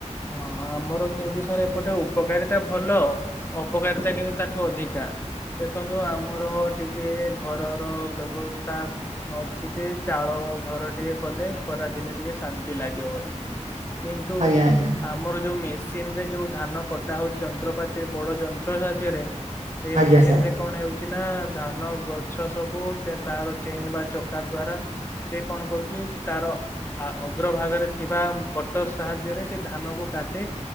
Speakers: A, on the left; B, on the right.
A: ହଁ ଆମର କିନ୍ତୁ ସାର୍ ଏପଟେ ଉପକାରିତା ଭଲ। ଅପକାରିତା କିନ୍ତୁ ତାଠୁ ଅଧିକା। ଦେଖନ୍ତୁ ଆମର ଟିକେ ଘରର ବ୍ୟବସ୍ଥା ଅଛି ତେ ଚାଳ ଘର ଟିକେ କଲେ ଖରା ଦିନେ ଟିକେ ଶାନ୍ତି ଲାଗିବ। କିନ୍ତୁ
B: ଆଜ୍ଞା ଆଜ୍ଞା
A: ଆମର ଯୋଉ ମେସିନ ରେ ଯୋଉ ଧାନ କଟା ହଉଛି ଯନ୍ତ୍ରପାତି ବଡ ଯନ୍ତ୍ର ସାହାଯ୍ୟରେ ସେଇ ମେସିନ
B: ଆଜ୍ଞା ସାର୍
A: ରେ କଣ ହଉଛି ନା ଧାନ ଗଛ ସବୁ ସେ ତାର ଚେନ ବା ଚକା ଦ୍ଵାରା ସେ କଣ କରୁଛି ତାର ଆ ଅଗ୍ରଭାଗରେ ଥିବା କଟର୍ ସାହାଯ୍ୟରେ ସେ ଧାନ କୁ କାଟି